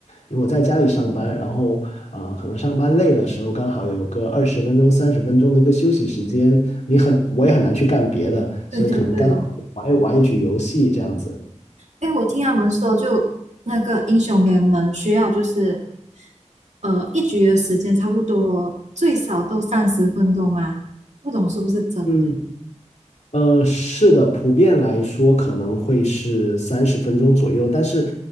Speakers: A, on the left; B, on the right.
A: 因为我在家里上班，然后啊、呃可能上班累的时候，刚好有个二十分钟、三十分钟的一个休息时间，你很，我也很难去干别的，
B: 对对对，
A: 所以可能刚好玩一玩一局游戏这样子。
B: 哎，我听他们说，就那个英雄联盟需要就是呃一局的时间差不多最少都三十分钟嘛，不懂是不是真的？
A: 嗯，呃，是的，普遍来说可能会是三十分钟左右，但是，